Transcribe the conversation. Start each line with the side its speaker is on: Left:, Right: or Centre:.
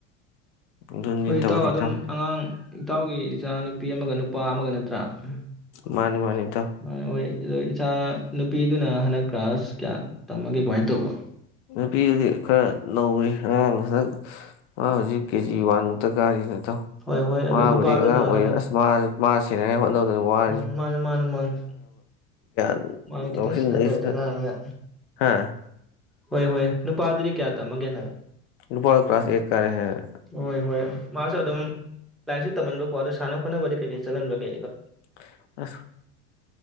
Left: ꯑꯗꯨꯅꯤ
Centre: ꯍꯣꯏ ꯏꯇꯥꯎ
Left: ꯇꯧꯔꯤꯁꯤ
Centre: ꯑꯗꯨꯝ ꯑꯉꯥꯡ ꯏꯇꯥꯎꯒꯤ ꯏꯆꯥ ꯅꯨꯄꯤ ꯑꯃꯒ ꯅꯨꯄꯥ ꯑꯃꯒ <unintelligible>
Left: ꯃꯥꯅꯤ ꯃꯥꯅꯤ ꯏꯇꯥꯎ
Centre: ꯃꯅ ꯍꯣꯏ ꯑꯗꯣ ꯏꯆꯥ ꯅꯨꯄꯤꯗꯨꯅ ꯍꯟꯗꯛ ꯀ꯭ꯂ꯭ꯔꯥꯁ ꯀꯌꯥ ꯇꯝꯃꯒꯦ ꯀꯃꯥꯏꯅ ꯇꯧꯕ
Left: ꯅꯨꯄꯤꯗꯨꯗꯤ ꯈꯔ ꯅꯧꯔꯤ ꯑꯉꯥꯡ ꯍꯟꯗꯛ ꯑꯥꯡ ꯍꯧꯖꯤꯛ ꯀꯦꯖꯤ ꯋꯥꯟ ꯃꯨꯛꯇ ꯀꯥꯔꯤ ꯅ
Centre: ꯍꯣꯏ ꯍꯣꯏ
Left: ꯃꯥꯕꯨꯗꯤ
Centre: ꯑꯗꯨ ꯅꯨꯄꯥꯗꯨꯅ
Left: ꯑꯉꯥꯡ ꯑꯣꯏꯔꯤ
Centre: ꯍꯟꯗꯛ
Left: ꯑꯁ ꯃꯥ ꯃꯥ ꯁꯤꯟꯅꯉꯥꯏ ꯍꯣꯠꯅꯕꯗ
Centre: ꯎꯝ ꯃꯥꯅꯤ ꯃꯥꯅꯤ ꯃꯥꯅꯤ
Left: <unintelligible>
Centre: ꯃꯥꯅꯤ ꯈꯤꯇꯡ
Left: ꯉꯥꯎꯁꯤꯟꯅꯩꯁꯤꯅ
Centre: ꯁꯦꯅꯗ꯭ꯔꯗꯤ ꯑꯉꯥꯡꯅꯤꯅ
Left: ꯍꯥ
Centre: ꯍꯣꯏ ꯍꯣꯏ ꯅꯨꯄꯥꯗꯨꯗꯤ ꯀꯌꯥ ꯇꯝꯃꯒꯦꯅ
Left: ꯅꯨꯄꯥ ꯀ꯭ꯂꯥꯁ ꯑꯦꯠ ꯀꯥꯔꯦ ꯍꯥꯏꯔꯦ
Centre: ꯍꯣꯏ ꯍꯣꯏ ꯃꯥꯁꯨ ꯑꯗꯨꯝ ꯂꯥꯏꯟꯁꯨ ꯇꯝꯍꯟꯕꯀꯣ ꯑꯗꯨ ꯁꯥꯟꯅ ꯍꯅꯕꯕꯗꯤ <unintelligible> ꯀꯩ ꯆꯂꯟꯕꯒꯦ
Left: <unintelligible>